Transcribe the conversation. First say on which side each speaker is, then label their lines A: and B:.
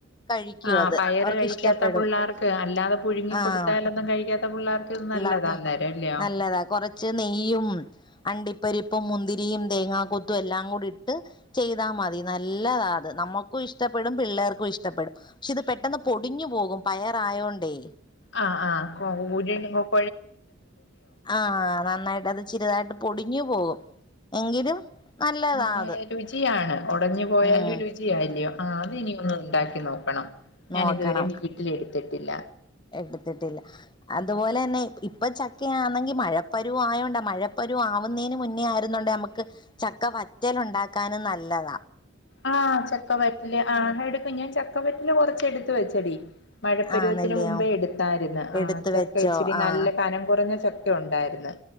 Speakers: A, on the left; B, on the left.
A: കഴിക്കും
B: ആ
A: അത്
B: പയറ്
A: അവർക്ക്
B: കഴിക്കാത്ത
A: ഇഷ്ടപ്പെടും
B: പിള്ളേർക്ക് അല്ലാതെ പുഴുങ്ങി
A: ആഹ്
B: കൊടുത്താലൊന്നും കഴിക്കാത്ത പിള്ളേർക്ക് ഇത്
A: പിള്ളേർക്ക്
B: നല്ലതാ അന്നേരം അല്ലയോ
A: നല്ലതാ കൊറച്ച് നെയ്യും അണ്ടി പരിപ്പും മുന്തിരിയും തേങ്ങാ കൊത്തും എല്ലാം കൂടി ഇട്ട് ചെയ്താൽ മതി നല്ലതാ അത് നമ്മുക്കും ഇഷ്ടപ്പെടും പിള്ളേർക്കും ഇഷ്ടപ്പെടും പക്ഷെ ഇത് പെട്ടെന്ന് പൊടിഞ്ഞു പോകും പയറ് ആയോണ്ടേ
B: ആഹ് ആ <unintelligible>
A: ആഹ് നന്നായിട്ട് അത് ചിരിതായിട്ട് പൊടിഞ്ഞു പോകും, എങ്കിലും നല്ലതാ
B: ആ
A: അത്
B: രുചിയാണ് ഉടഞ്ഞു പോയാലും
A: ഉം
B: രുചിയല്ലയോ ആഹ് അത ഇനിയൊ ന്നുണ്ട ണ്ടാക്കി നോക്കണം
A: നോക്കണം
B: ഞാൻ ഇതുവരെ വീട്ടില എടുത്തിട്ടില്ല
A: എടുത്തിട്ടില്ല. അതുപോലെ തന്നെ ഇപ്പ ചക്കയാന്നെങ്കി മഴ. പരുവം ആയോണ്ടേ മഴപ്പരുവം ആവുന്നേന് മുന്നേ ആയിരുന്നൊണ്ടേ നമുക്ക് ചക്ക വറ്റൽ ഉണ്ടാക്കാനും നല്ലതാ
B: ആഹ് ചക്ക വറ്റൽ ആഹ് എടുക്കും ഞാൻ ച ചക്ക വറ്റല് കൊറച്ച് എടുത്ത് വെച്ചടി മഴ പരുവത്തിന്
A: ആഹ് നെല്ലിയോ
B: മുമ്പേ എടുത്തായിരുന്നു
A: എടുത്ത്
B: ആ ചക്ക
A: വെച്ചോ
B: ഇച്ചിരി
A: ആഹ്
B: നല്ല കനം കുറഞ്ഞ ഒക്കെ ഉണ്ടായിരുന്നു